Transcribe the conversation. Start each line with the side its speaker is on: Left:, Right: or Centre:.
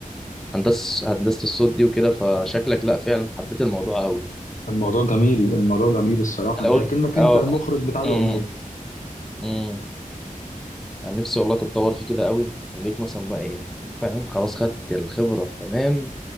Centre: هندسه هندسه الصوت دي وكده فشكلك لا فعلا حبيت الموضوع قوي
Left: الموضوع جميل الموضوع جميل الصراحه
Centre: انا
Left: انت
Centre: قلت
Left: كأنك انت
Centre: اه
Left: المخرج بتاع الاغنيه
Centre: امم امم انا نفسي والله تتطور في كده قوي ليك مثلا بقى ايه فاهم خلاص خدت الخبره تمام